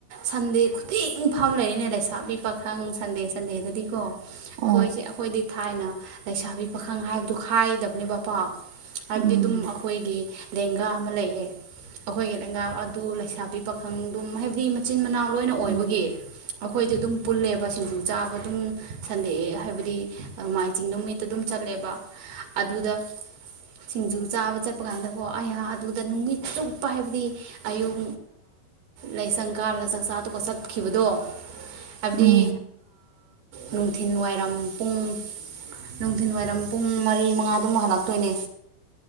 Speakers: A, on the right (about 80°); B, on the right (about 50°).
A: ꯁꯟꯗꯦ ꯈꯨꯗꯤꯡ ꯐꯕ ꯂꯩꯔꯤꯦꯅꯦ ꯂꯩꯁꯥꯕꯤ ꯄꯥꯈꯪ ꯁꯟꯗꯦꯁꯦ ꯆꯟꯅꯦꯗꯗꯤꯀꯣ ꯑꯩꯈꯣꯏꯁꯦ
B: ꯑꯣ
A: ꯑꯩꯈꯣꯏꯗꯤ ꯊꯥꯏꯅ ꯂꯩꯁꯥꯕꯤ ꯄꯥꯈꯪ ꯍꯥꯏꯕꯗꯨ ꯈꯥꯏꯗꯕꯅꯦꯕ ꯄꯣ ꯍꯥꯏꯕꯗꯤ
B: ꯎꯝ
A: ꯑꯗꯨꯝ ꯑꯩꯈꯣꯏꯒꯤ ꯂꯦꯡꯒꯥ ꯑꯃ ꯂꯩꯌꯦ ꯑꯩꯈꯣꯏꯒꯤ ꯂꯦꯡꯒꯥ ꯑꯗꯨ ꯂꯩꯁꯥꯕꯤ ꯄꯈ ꯪ ꯑꯗꯨꯝ ꯍꯥꯏꯕꯗꯤ ꯃꯆꯤꯟ ꯃꯅꯥꯎ ꯂꯣꯏꯅ ꯑꯣꯏꯕꯒꯤ
B: ꯎꯝ
A: ꯑꯩꯈꯣꯏꯗꯤ ꯑꯗꯨꯝ ꯄꯨꯜꯂꯦꯕ ꯁꯤꯡꯖꯨ ꯆꯥꯕ ꯑꯗꯨꯝ ꯁꯟꯗꯦꯛꯑꯦ ꯍꯥꯏꯕꯗꯤ ꯃꯥꯏ ꯆꯤꯡ ꯅꯨꯃꯤꯠꯇ ꯑꯗꯨꯝ ꯆꯠꯂꯦꯕ ꯑꯗꯨꯗ ꯁꯤꯡꯖꯨ ꯆꯥꯕ ꯆꯠꯄ ꯀꯥꯟꯗꯀꯣ ꯑꯩꯍꯥꯛ ꯑꯗꯨꯗ ꯅꯨꯃꯤꯠ ꯆꯨꯞꯄ ꯍꯥꯏꯕꯗꯤ ꯑꯌꯨꯛ ꯂꯥꯏꯁꯪ ꯀꯥꯔꯒ ꯆꯥꯛꯆꯥ ꯑꯗꯨꯒ ꯠꯈꯤꯕꯗꯣ ꯍꯥꯏꯕꯗꯤ
B: ꯎꯝ
A: ꯅꯨꯡꯊꯤꯜ ꯋꯥꯏꯔꯝ ꯄꯨꯡ ꯅꯨꯡꯊꯤꯜ ꯋꯥꯏꯔꯝ ꯄꯨꯡ ꯃꯔꯤ ꯃꯉꯥꯗꯨꯃꯨꯛ ꯍꯜꯂꯛꯇꯣꯏꯅꯦ